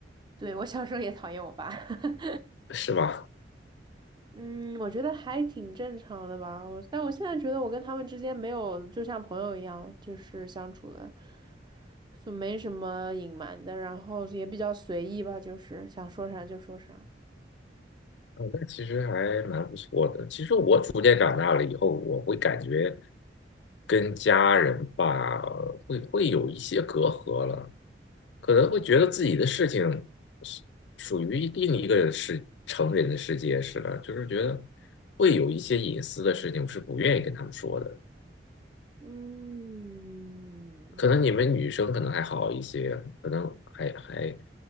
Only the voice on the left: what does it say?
是吧？
嗯，那其实还蛮不错的。其实我逐渐长大了以后，我会感觉跟家人吧，会会有一些隔阂了，可能会觉得自己的事情是属于另一个世成人的世界似的，就是觉得会有一些隐私的事情，我是不愿意跟他们说的。
可能你们女生可能还好一些，可能还还